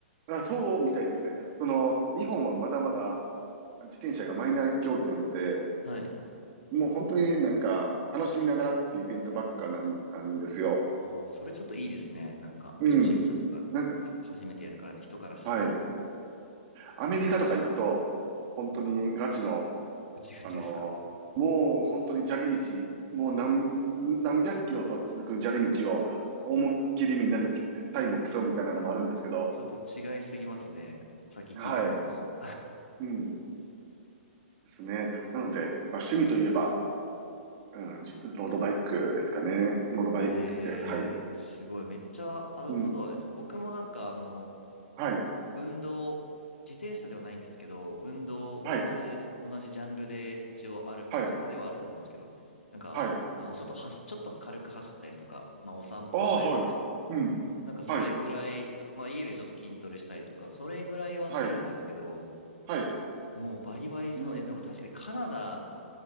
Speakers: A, on the right; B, on the left.
A: あ、そうみたいですね。その、日本はまだまだ自転車がマイナー競技なので、
B: はい。
A: もう本当になんか楽しみながらっていうイベントばっかなん、なんですよ。
B: ああ、それちょっといいですね。なんか、
A: うん。
B: 初心者とか、は
A: なんか、
B: 初めてやるから、人からしたら、
A: はい。アメリカとか行くと、本当にガチの、
B: ガチガチですか。
A: あのもう本当に砂利道、もう何、何百キロと続く砂利道を思いっきりみんなでタイムを競うみたいなのもあるんですけど、
B: ちょっと違いすぎますね。さっき聞いてたのと。
A: はい。うん。ですね。なので、まあ趣味といえば、うん、じロードバイクですかね。ロードバイク、
B: えー、
A: はい。
B: すごい。めっちゃアウトドアですね。
A: うん、
B: 僕もなんか、あの、
A: はい、
B: その運動、自転車ではないんですけど、運動、
A: はい、
B: 同じです。同じジャンルで一応ある、
A: はい、
B: ジャンルではあると思うんですけど、なんか、
A: はい。
B: あの、外走、ちょっと軽く走ったりとか、まあ、お散歩したりとか、
A: ああ、はい。うん、
B: なんかそれぐらい、
A: はい、
B: まあ、家でちょっと筋トレしたりとか、それぐらいはするんですけど、
A: はい、はい。
B: もうバリバリ、その、
A: うん、
B: いや、でも確かにカナダ